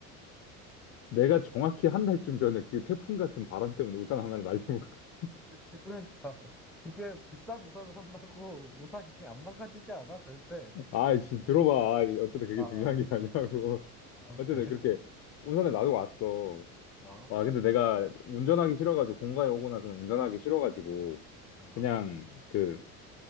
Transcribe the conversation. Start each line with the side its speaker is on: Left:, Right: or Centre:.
Left: 내가 정확히 한 달쯤 전에 그 태풍 같은 바람 때문에 우산 하나를 날리고, <laughs>
Centre: 그- 그러니까 그게 비싼 우산 산다고 우산이 안 망가지지 않아 절대.
Left: 아이씨, 들어봐. 아이, 어쨌든 그게
Centre: 아,
Left: 중요한 게 아니라고. <laughs>
Centre: 아
Left: 어쨌든
Centre: 그래?
Left: 그렇게 우산을 놔두고 왔어.
Centre: 어,
Left: 와, 근데 내가 운전하기 싫어가지고, 본가에 오고 나서는 운전하기 싫어가지고,
Centre: 아,
Left: 그냥 그